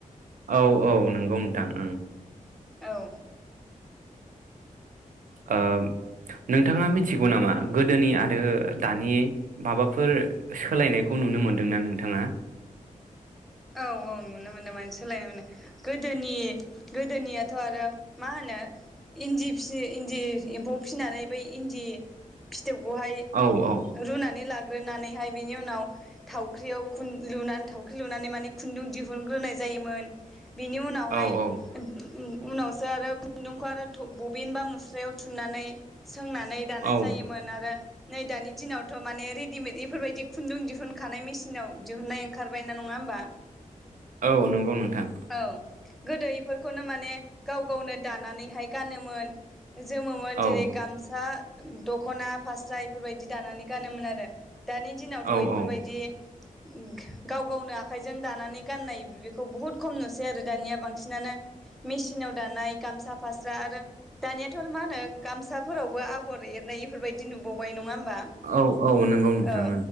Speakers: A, on the right; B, in the centre.
A: औ औ नंगौ नोंथां ओं।
B: औ
A: ओ नोंथाङा मिथिगौ नामा गोदोनि आरो दानि माबाफोर सोलायनायखौ नुनो मोनदोंना नोंथाङा?
B: औ औ नुनो मोनदों माने सोलायनो मोनदों। गोदोनि गोदोनियाथ आरो मा होनो इन्दि फि इन्दि एम्फौ फिसिनानै बै इन्दि फि थोबखौहाय
A: औ औ
B: रुनानै ला ग्रोनानैहाय बेनि उनाव थावख्रियाव खुन लुनानै थावख्रि लुनानै माने खुन्दुं दिहुनग्रोनाय जायोमोन बेनि उनावहाय
A: औ औ
B: <unintelligible> उनाव सो आरो खुन्दुंखौ आरो थब बबिन बा मुस्रायाव थुननानै सोंनानै दानाय
A: औ
B: जायोमोन आरो नै दानि दिनावथ' माने रेडिमेड इफोरबायदि खुन्दुं दिहुनखानाय मेसिनाव दिहुननाय ओंखारबाय नङा होमबा
A: औ नंगौ नोंथां
B: औ गोदो इफोरखौनो माने गाव गावनो दानानैहाय गानोमोन जोमोमोन जेरै
A: औ
B: गामसा दख'ना फास्रा एफोरबायदि दानानै गानोमोन आरो दानि दिनावथ'
A: औ
B: इफोरबायदि
A: औ
B: ओ गाव गावनो आखाय जों दानानै गाननाय बेखौ बुहुत खम नुसै आरो दानिया बांसिनानो मेसिनाव दानाय गामसा फास्रा आरो दानियाथ' आरो मा होनो गामसाफोरावबो आ आगर एरनाय ब एफोरबायदि नुबावो <unintelligible> नङा होमबा
A: औ औ नंगौ नोंथां
B: औ